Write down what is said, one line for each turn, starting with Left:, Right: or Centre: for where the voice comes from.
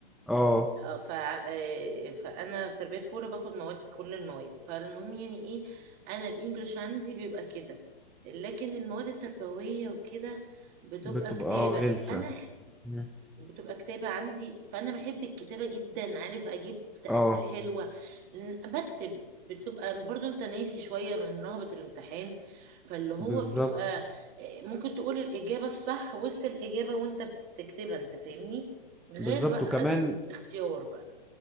Centre: اه
Right: اه ف آه، فانا تربيه فوره باخد مواد كل المواد فالمهم يعني ايه انا الانجليش عندي بيبقى كده لكن المواد التربويه وكده بتبقى
Centre: بتبقى
Right: كتابه
Centre: اه غلسة
Right: انا ح-
Centre: مم.
Right: بتبقى كتابه عندي فانا بحب الكتابه جدا عارف اجيب تقدير
Centre: اه
Right: حلوه لأن بكتب بتبقى برضو انت ناسي شويه من رهبه الامتحان فاللي هو
Centre: بالظبط
Right: بتبقى آه، ممكن تقول الاجابه الصح وسط الاجابه وانت بتكتبها انت فاهمني غير
Centre: بالظبط
Right: بقى
Centre: وكمان
Right: الاختيار بقى